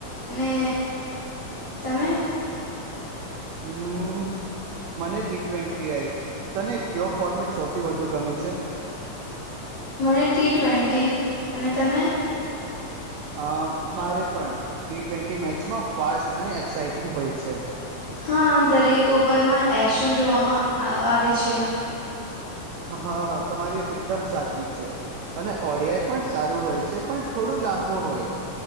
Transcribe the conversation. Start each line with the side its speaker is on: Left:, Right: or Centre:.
Left: અને તમે?
Right: હમ્મ. મને ટી ટ્વેન્ટી આઈ તને કયો ફોર્મેટ સૌથી વધુ ગમે છે?
Left: મને ટી ટ્વેન્ટી અને તમે
Right: અ મારે પણ ટી ટ્વેન્ટી મેચમાં ફાસ્ટ અને એક્સાઈટિંગ હોય છે.
Left: હા દરેક ઓવરમાં એક્શન જોવામાં આવે છે.
Right: હા તમારી વાત તો એકદમ સાચી છે. અને ઓડિયાઈ પણ સારું હોય છે પણ થોડું લાંબુ હોય